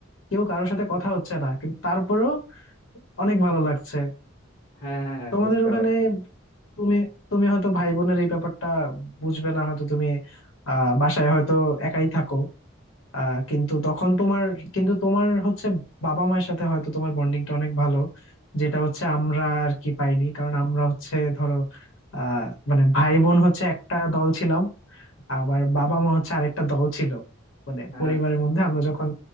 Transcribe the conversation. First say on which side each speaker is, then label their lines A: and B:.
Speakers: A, on the left; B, on the left.
A: কেউ কারোর সাথে কথা হচ্ছে না কিন্তু তারপরেও অনেক ভালো লাগছে
B: হ্যাঁ হ্যাঁ হ্যাঁ
A: তোমাদের
B: বুঝতে
A: ওখানে
B: পারছি
A: তুমি তুমি হয়তো ভাই বোনের এই ব্যাপারটা বুঝবে না হয়তো তুমি আহ বাসায় হয়তো একাই থাকো আহ কিন্তু তখন তোমার কিন্তু তোমার হচ্ছে বাবা মায়ের সাথে হয়তো তোমার বন্ডিংটা অনেক ভালো যেটা হচ্ছে আমরা আর কি পাইনি কারণ আমরা হচ্ছে ধরো আহ মানে ভাই বোন হচ্ছে একটা দল ছিলাম আবার বাবা মা হচ্ছে আরেকটা দল ছিল মানে পরিবারের
B: আচ্ছা আচ্ছা
A: মধ্যে আমরা যখন